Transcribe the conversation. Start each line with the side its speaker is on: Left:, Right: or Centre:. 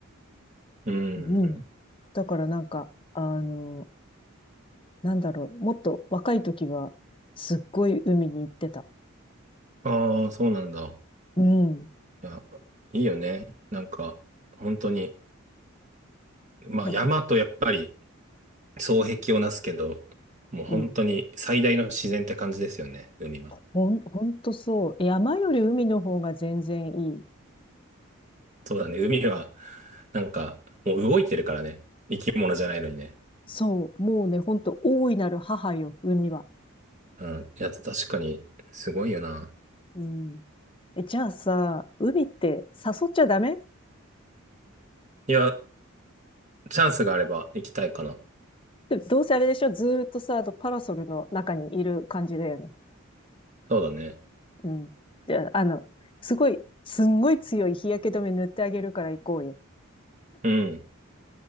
Right: うんうん。
Left: うん。だからなんか、あの、なんだろう、もっと若い時は、すっごい海に行ってた。
Right: ああ、そうなんだ。
Left: うん。
Right: いや、いいよね。なんか、本当に、まあ山とやっぱり
Left: なんか、
Right: 双璧をなすけど、もう本当に最大の自然って感じですよね、
Left: うん。
Right: 海は。
Left: ほん、ほんとそう。山より海の方が全然いい。
Right: そうだね、海は、なんか、もう動いてるからね。生き物じゃないのにね。
Left: そう。もうね、ほんと、大いなる母よ、海は。
Right: うん。いや、確かに、すごいよな。
Left: うん。え、じゃあさ、海って誘っちゃダメ
Right: いや、チャンスがあれば行きたいかな。
Left: でもどうせあれでしょずーっとさ、あのパラソルの中にいる感じだよね。
Right: そうだね。
Left: うん。じゃあ、あの、すごい、すんごい強い日焼け止め塗ってあげるから行こうよ。
Right: うん。